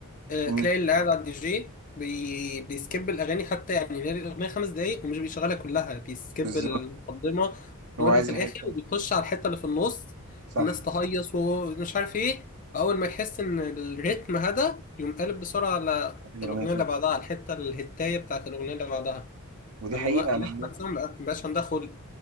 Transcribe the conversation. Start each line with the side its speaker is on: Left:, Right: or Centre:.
Left: آه،
Right: مم،
Left: تلاقي اللي قاعد على الدي جي بي... بيسكيب الاغاني حتى يعني هي الاغنيه خمس دقايق ومش بيشغلها كلها بيسكيب
Right: بالظبط
Left: المقدمه
Right: هو
Left: واللي
Right: عايز
Left: في الاخر
Right: الحته
Left: وبيخش
Right: دي.
Left: على الحته اللي في النص
Right: صح
Left: الناس تهيص ومش عارف ايه واول ما يحس ان الريتم هدا يقوم قالب بسرعه على
Right: يعني
Left: الاغنيه
Right: الاغنيه دي.
Left: اللي بعدها على الحته الهتايه بتاعت الاغنيه اللي بعدها
Right: ودي
Left: اللي
Right: حقيقه
Left: هو
Right: انا
Left: الناس نفسها ما بقاش عندها خلق